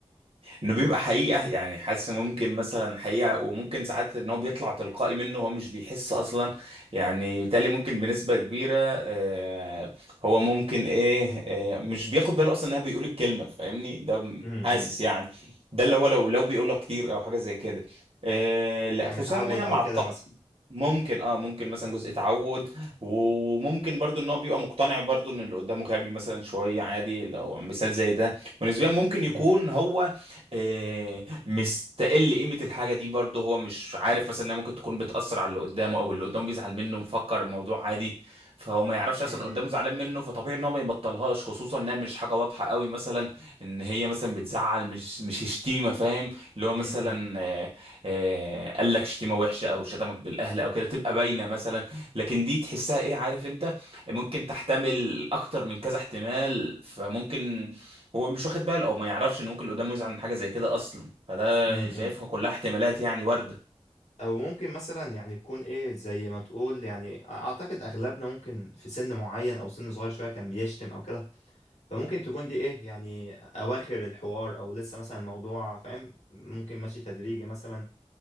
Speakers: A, on the right; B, on the left.
A: إنه بيبقى حقيقة يعني حاسس ممكن مثلا حقيقة وممكن ساعات إن هو بيطلع تلقائي منه هو مش بيحس أصلا يعني بالتالي ممكن بنسبة كبيرة آه هو ممكن إيه آه مش بياخد باله أصلا إنها بيقول الكلمة فاهمني ده م-
B: امم
A: حاسس يعني ده اللي هو لو لو بيقولها كتير أو حاجة زي كده آه لا
B: يعني
A: خصوصا
B: متعود
A: إن هي
B: او
A: مع
B: كده
A: الطبع
B: مثلا
A: ممكن اه ممكن مثلا جزء تعود وممكن برضو ان هو بيبقى مقتنع برضو ان اللي قدامه غبي مثلا شوية عادي لو مثال زي ده ونسبيا ممكن يكون
B: امم
A: هو آه مستقل قيمة الحاجة دي برضو هو مش عارف مثلا انها ممكن تكون بتأثر على اللي قدامه او اللي قدامه بيزعل منه مفكر الموضوع عادي فهو ما يعرفش
B: امم
A: اصلا اللي قدامه زعلان منه فطبيعي ان هو ما يبطلهاش خصوصا انها مش حاجة واضحة قوي مثلا ان هي مثلا بتزعل مش مش شتيمة فاهم اللي هو
B: امم
A: مثلا آه، آه، قال لك شتيمه وحشه او شتمك بالاهل او كده تبقى باينه مثلا لكن دي تحسها ايه عارف انت ممكن تحتمل اكتر من كذا احتمال فممكن هو مش واخد باله او ما يعرفش ان ممكن اللي قدامه يزعل من حاجه زي كده اصلا فده
B: امم
A: شايفها كلها احتمالات يعني وارده
B: او ممكن مثلا يعني يكون ايه زي ما تقول يعني اعتقد اغلبنا ممكن في سن معين او سن صغير شوية كان بيشتم او كده فممكن تكون دي ايه يعني اواخر الحوار او لسه مثلا الموضوع فاهم ممكن ماشي تدريجي مثلا